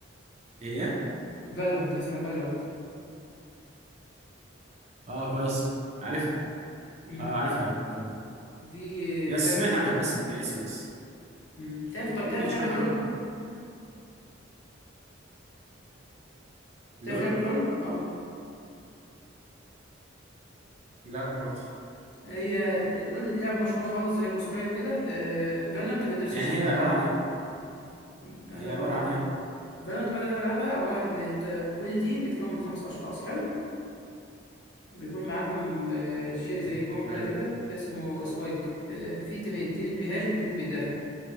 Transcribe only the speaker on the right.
هي
اه كويس عارفها
اه عارفها فعلا.
بس
سمعت عنها باسم كاسم بس
ممكن
تشرحها
لي لول
لا برضه
يعني
هي عباره
عن ايه
هي
عباره
عن
ايه
مم.
ايوه